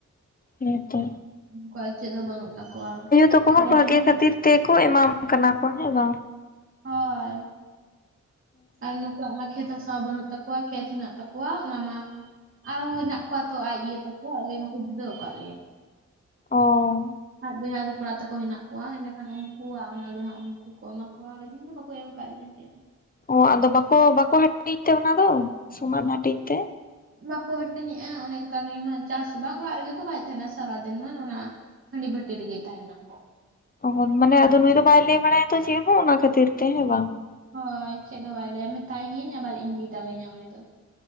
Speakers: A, on the left; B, on the right.
A: ᱦᱮᱸ ᱛᱚ᱾
B: ᱠᱚᱣᱟᱜ ᱪᱮᱫ ᱫᱚ ᱵᱟᱹᱱᱩᱜ ᱛᱟᱠᱚᱣᱟ
A: ᱛᱟᱠᱚ
B: ᱠᱷᱮᱛ
A: ᱦᱚᱸ ᱵᱷᱟᱜᱮ
B: ᱦᱚᱸᱼᱼ
A: ᱠᱷᱟᱹᱛᱤᱨ ᱛᱮᱠᱚ ᱮᱢᱟᱢ ᱠᱟᱱᱟ ᱠᱚ ᱦᱮᱸ ᱵᱟᱝ᱾
B: ᱦᱚᱭ ᱟᱨ ᱱᱩᱼᱼ ᱠᱩᱣᱟᱜ ᱢᱟ ᱠᱷᱮᱛ ᱦᱟᱥᱟ ᱵᱟᱹᱱᱩᱜ ᱛᱟᱠᱚᱣᱟ ᱠᱷᱮᱛ ᱦᱮᱱᱟᱜ ᱛᱟᱠᱚᱣᱟ ᱚᱱᱟ ᱢᱟᱼᱼ ᱟᱨ ᱦᱚᱸ ᱦᱮᱱᱟᱜ ᱠᱚᱣᱟ ᱛᱚ ᱟᱡ ᱤᱭᱟᱹ ᱛᱟᱠᱚ ᱟᱞᱮ ᱢᱟᱠᱚ ᱡᱩᱫᱟᱹᱣ ᱠᱟᱜ ᱞᱮᱭᱟ᱾
A: ᱚᱻ᱾
B: ᱟᱡ ᱵᱚᱭᱦᱟ ᱫᱚ ᱠᱚᱲᱟ ᱛᱟᱠᱚ ᱦᱮᱱᱟᱜ ᱠᱚᱣᱟ ᱮᱸᱰᱮᱠᱷᱟᱱ ᱩᱱᱠᱩᱣᱟᱜ ᱚᱱᱟ ᱫᱚ ᱦᱟᱸᱜ ᱩᱱᱠᱩ ᱠᱚ ᱮᱢᱟ ᱠᱚᱣᱟ ᱟᱹᱞᱤᱧ ᱫᱚ ᱵᱟᱠᱚ ᱮᱢ ᱠᱟᱜ ᱞᱤᱧᱟᱹ᱾ <unintelligible>
A: ᱚᱸ ᱟᱫᱚ ᱵᱟᱠᱚ ᱵᱟᱠᱚ ᱦᱟᱹᱴᱤᱧ ᱛᱮ ᱚᱱᱟ ᱫᱚ ᱥᱚᱢᱟᱱ ᱦᱟᱹᱴᱤᱧ ᱛᱮ?
B: ᱵᱟᱠᱚ ᱦᱟᱹᱴᱤᱧᱮᱜ-ᱟ ᱚᱱᱮ ᱚᱱᱠᱟ ᱱᱩᱭ ᱢᱟ ᱪᱟᱥ ᱵᱟᱝ ᱚᱲᱟᱜ ᱨᱮᱜᱮ ᱛᱚ ᱵᱟᱭ ᱛᱟᱦᱮᱱᱟ ᱥᱟᱨᱟ ᱫᱤᱱ ᱢᱟ ᱚᱱᱟ ᱦᱟᱺᱰᱤ ᱵᱷᱟᱹᱴᱤ ᱨᱤᱜᱤᱭ ᱛᱟᱦᱮᱱᱟ᱾
A: ᱚ ᱦᱚᱸ ᱢᱟᱱᱮ ᱟᱫᱚ ᱱᱩᱭ ᱫᱚ ᱵᱟᱭ ᱞᱟᱹᱭ ᱵᱟᱲᱟᱭᱟ ᱛᱚ ᱪᱮᱜ ᱦᱚᱸ ᱚᱱᱟ ᱠᱷᱟᱹᱛᱤᱨ ᱛᱮ ᱦᱮᱸ ᱵᱟᱝ?
B: ᱦᱚᱭ ᱪᱮᱫ ᱦᱚ ᱵᱟᱭ ᱞᱟᱹᱭᱟ ᱢᱮᱛᱟᱭ ᱜᱤᱭᱟᱹᱧ ᱟᱵᱟᱨ ᱤᱧ ᱜᱮᱭ ᱫᱟᱞᱤᱧᱟ ᱩᱱᱤ ᱫᱚ᱾